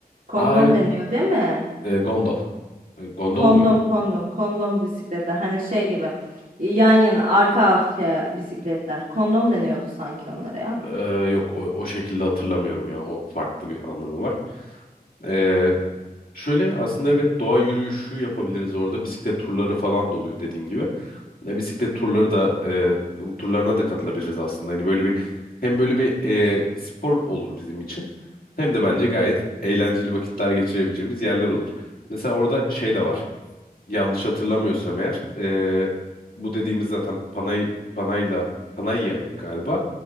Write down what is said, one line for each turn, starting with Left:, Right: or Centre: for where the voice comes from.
Right: Kondom
Left: Ha evet
Right: deniyor, değil mi?
Left: e, gondol. E, gondol
Right: Kondom
Left: muydu
Right: kondom kondom bisikletler hani şey gibi yan yana arka arkaya bisikletler kondom deniyordu sanki onlara ya.
Left: Ee, yok o, o şekilde hatırlamıyorum ya. O farklı bir anlamı var. Ee, şöyle aslında evet doğa yürüyüşü yapabiliriz orada. Bisiklet turları falan da oluyor dediğin gibi. Ne bisiklet turları da e, bu turlarına da katılabiliriz aslında. Hani böyle bir hem böyle bir e, spor olur bizim için. Hem de bence gayet eğlenceli vakitler geçirebileceğimiz yerler olur. Mesela orada şey de var yanlış hatırlamıyorsam eğer e, bu dediğimiz zaten Panay Panayla Panayya'ydı galiba.